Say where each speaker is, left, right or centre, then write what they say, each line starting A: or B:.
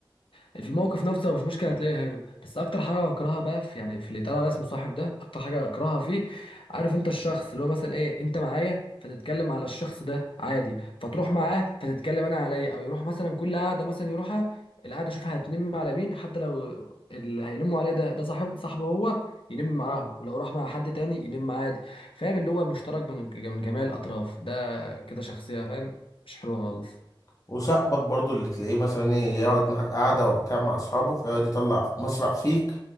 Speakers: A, on the left; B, on the left.
A: في الموقف نفسه مش مشكله هتلاقيه هارب بس اكتر حاجه بكرهها بقى في يعني في اللي اتقال على اسمه صاحب ده اكتر حاجه اكرهها فيه عارف انت الشخص اللي هو مثلا ايه انت معايا فتتكلم على الشخص ده عادي فتروح معاه فتتكلم انا عليا او يروح مثلا كل قعده مثلا يروحها القعده شوفها هتنم على مين حتى لو اللي هينموا عليه ده ده صاحب صاحبه هو ينم معاهم ولو راح مع حد تاني ينم عادي فاهم اللي هو مشترك بين من جميع الاطراف ده كده شخصيه فاهم مش حلوه خالص
B: وصاحبك برضو اللي تلاقيه مثلا ايه يقعد معاك قعدة وبتاع مع اصحابه فيقعد يطلع مسرح فيك